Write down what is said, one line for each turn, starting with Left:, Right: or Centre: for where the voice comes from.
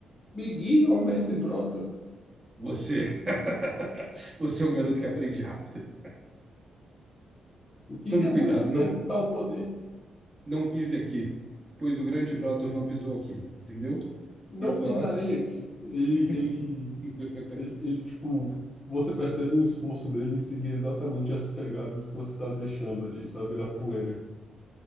Left: me guia, ó mestre Broto.
Right: Você, <laughs> você é um garoto que aprende rápido.
Left: Eu queria
Right: Tome cuidado,
Left: muito ter
Right: não,
Left: tal poder.
Right: não pise aqui, pois o grande Brotor não pisou aqui, entendeu?
Left: não
Right: E eu vou
Left: pisarei
Right: lá.
Left: aqui. Ele,
Right: <laughs>
Left: ele, ele, ele, tipo, você percebe um esforço dele em seguir exatamente as pegadas que você tá deixando ali, sabe, na poeira.